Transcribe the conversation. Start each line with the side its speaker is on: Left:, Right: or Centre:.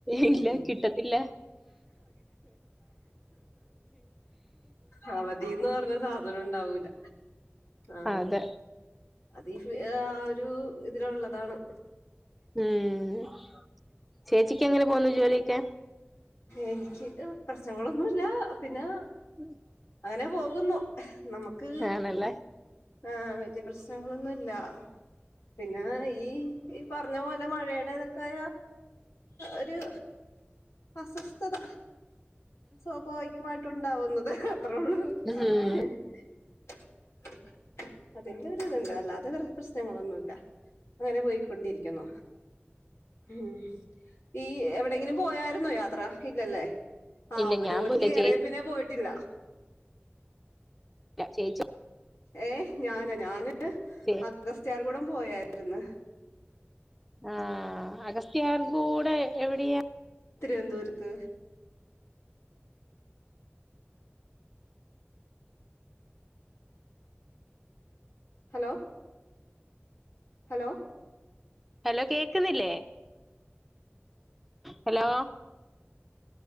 Centre: ഇല്ല
Left: ഉം
Centre: കിട്ടത്തില്ല
Left: ആ വിയ ന്ന് പറഞ്ഞ സാധനം ഉണ്ടാവൂില്ല ആഹ
Centre: അതെ
Left: അത്ീ ആ ഒരു ഇതിലള്ളതാണ്
Centre: ഉം ചേച്ചിക്ക് എങ്ങനെ പോന്നു ജോലിയൊക്കെ
Left: എനിക്ക് പ്രശ്നങ്ങളൊന്നുമല്ല പിന്നെ
Centre: ഉം
Left: അങ്ങനെ പോകുന്നു നമുക്ക്
Centre: ആണല്ലേ
Left: ആഹ വലയ പ്രശ്നങ്ങളൊന്നുംല്ല പിന്നെ ഈ ഈ പറഞ്ഞ പോലെ മഴയുടെ ഇതൊക്കെ ഒരു അസ്വസ്ഥത സ്വാഭാവികമായിട്ടുണ്ടാവുന്നത് അത്രോള്ളൂ
Centre: ഉം
Left: <unintelligible> <unintelligible> അതിന്റെ ഒരു ഇതുണ്ട് അല്ലാതെ വെറെ പ്രശ്നങ്ങളൊന്നുമല്ല അങ്ങനെ പോയിക്കൊണ്ടിരിക്കുന്നു ഉം ഈ എവിടെെങ്കിലും പോയായിരുന്നോ യാത്ര ഇല്ലല്ലേ ആഹ്
Centre: ഇല്ല ഞാൻ
Left: ജോലിക്ക്
Centre: പോയില്ല
Left: കേയറിയ
Centre: ചേ
Left: പിന്നെ പോയിട്ടില്ല
Centre: ഇല്ല ചേച്ചി
Left: ഏ ഞാനാ ഞാന്
Centre: ചേച്ചി
Left: അഗസ്ത്യാർ കുടം പോയായിരുന്ന്
Centre: ആ അഗസ്ത്യാർ കൂടെ എവിടെയാ
Left: തിരുവനന്തപുരത്ത് ഹലോ ഹലോ
Centre: ഹലോ കേക്കുന്നില്ലേ ഹലോ